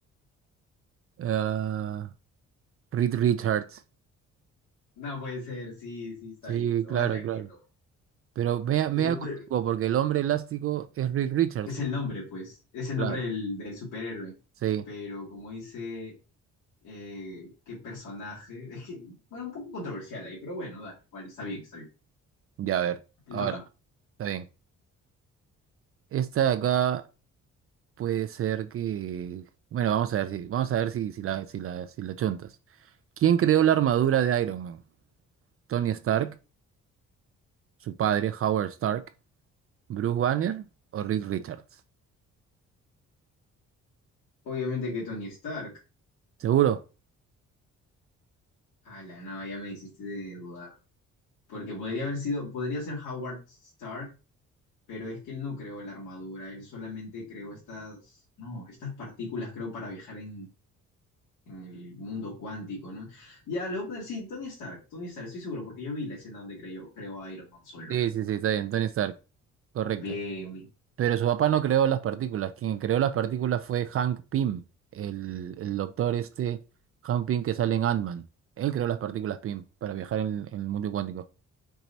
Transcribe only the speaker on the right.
Ah, Reed Richards.
Sí,
claro,
claro.
Pero me me
contigo, porque el hombre elástico es Reed Richards.
Claro,
sí.
Ya, a ver.
Ahora,
está bien. Esta de acá. Puede ser que. Bueno, vamos a ver si, vamos a ver si, si la, si la, si la chuntas. ¿Quién creó la armadura
de Iron Man? ¿Tony Stark, su padre, Howard Stark, Bruce Banner o Reed Richards?
¿Seguro?
Sí, sí, sí, está bien, Tony Stark, correcto.
Pero su papá no creó las partículas. Quien creó las partículas fue Hank Pym, el, el doctor este, Hank Pym que sale en Ant-Man. Él creó las partículas Pym para viajar en, en el mundo cuántico.